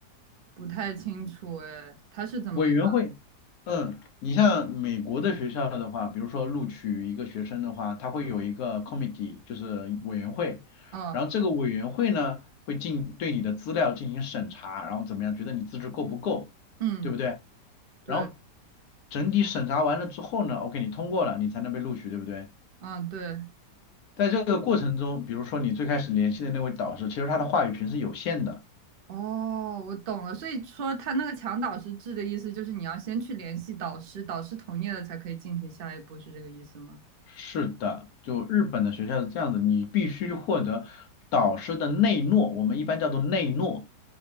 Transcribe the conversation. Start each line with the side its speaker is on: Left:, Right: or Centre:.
Right: 不太清楚。哎，他是怎么样？
Left: 委员会。嗯，你像美国的学校的话，比如说录取一个学生的话，他会有一个 committee，就是委员会，
Right: 哦，
Left: 然后这个委员会呢会进对你的资料进行审查，然后怎么样，觉得你资质够不够，
Right: 嗯，
Left: 对不对？
Right: 对，
Left: 然后整体审查完了之后呢，OK，你通过了，你才能被录取，对不对？
Right: 嗯，对，
Left: 在这个过程中，比如说你最开始联系的那位导师，其实他的话语权是有限的。
Right: 哦，我懂了。所以说，他那个强导师制的意思就是你要先去联系导师，导师同意了才可以进行下一步，是这个意思吗？
Left: 是的，就日本的学校是这样子，你必须获得导师的内诺，我们一般叫做内诺。